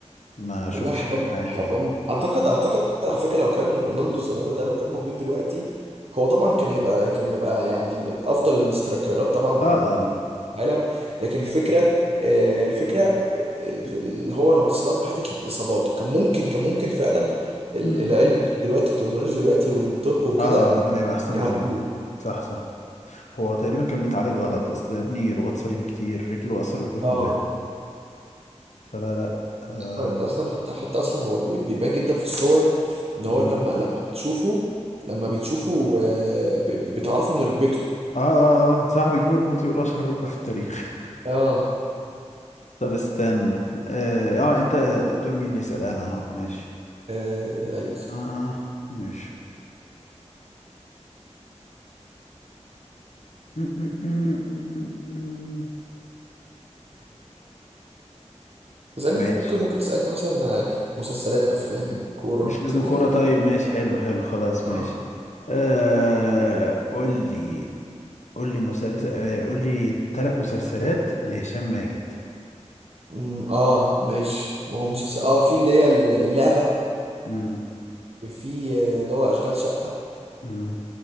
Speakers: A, on the left; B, on the right.
A: ما شفتش
B: والله حرام
A: كده في حياتي
B: حرام
A: يعني
B: اعتقد اعتقد على فكره لو كان رونالدو الظاهره ده لو كان موجود دلوقتي هو طبعا كان هيبقى كان هيبقى يعني من افضل الاسترايكرات طبعا
A: اه
B: يعني في العالم لكن الفكره آه، الفكره اللي هو انا بص لها من حته الاصابات كان ممكن كان ممكن فعلا ال-
A: اه
B: العلم يعني دلوقتي التكنولوجيا دلوقتي والطب وكده
A: اه كان هيبقى احسن
B: يعالجوه
A: من زمان صح صح هو تقريبا كان بيتعالج غلط اصل يا ابني رباط صليبي كتير رجله اثر ركبته
B: اه
A: مبهدله فلا لا آه,
B: طبعاً انت اصلا حتى حتى اصلا هو بي- بيبان جدا في الصور ان هو
A: م-
B: لما لما بتشوفه لما
A: م-
B: بتشوفه آه، ب- ب- بتعرفه من ركبته
A: اه اه اه صح بيجيبوا ركبته يقولوا اشهر ركبه في التاريخ
B: اه
A: طب استنى اه, آه انت دور مين اللي يسال انا اه ماشي
B: آه، ايوه صح
A: اه ماشي م- م- م- م- م- م.
B: تسألني
A: ماشي
B: ممكن ممكن تسألني مثلا آه، مسلسلات افلام كورة
A: مش لازم
B: كده
A: كوره
B: يعني
A: طيب ماشي حلو حلو خلاص
B: اه
A: ماشي آه قول لي قول لي مسلسل آه، قول لي ثلاث مسلسلات لهشام ماجد
B: أمم، اه ماشي ما هو مسلسل اه في اللي هي اللعبة
A: امم
B: وفي آه، اللي هو اشغال شقة
A: امم